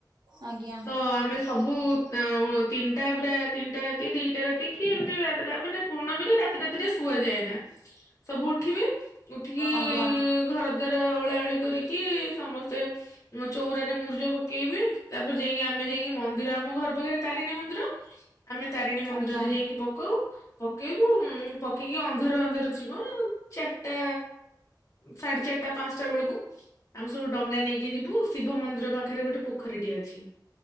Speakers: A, on the right; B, on the left.
A: ଆଜ୍ଞା
B: ତ ଆମେ। ସବୁ ତିନିଟା ପୁରା ତିନିଟା ରାତି ଦିଟା ରାତି। କି ଏମିତି ବି ରା ମାନେ ପୂର୍ଣ୍ମରେ। ପୂର୍ଣ୍ଣିମ ଟାତିଟେ ଶୁଆଯାଏନା ସବୁ ଉଠିବେ ଉଠିକି
A: ଆଜ୍ଞା
B: ଘର। ଘର ଓଳାଓଳି କରିକି ସମସ୍ତେ। ମଁ ଚଉରାରେ ମୁର୍ଜ ପକେଇବି ତାପରେ ଯାଇକି ଆମେ ଯାଇକି ମନ୍ଦିର ଆମ ଘର ପାଖରେ ତାରିଣୀ ମନ୍ଦିର। ଆମେ ତାରିଣୀ ମନ୍ଦିରରେ
A: ଆଜ୍ଞା
B: ଯାଇକି ପକାଉ। ପକେଇବୁ ପକେଇକି ଅନ୍ଧାର ଅନ୍ଧାର ଯିବ ଚାରିଟା। ସାଢେ ଚାରିଟା ପାଞ୍ଚଟା ବେଳକୁ। ଆମେ ସବୁ ଡଙ୍ଗା ନେଇକି ଯିବୁ ଶିବ ମନ୍ଦିର ପାଖରେ ଗୋଟେ ପୋଖରୀଟି ଅଛି।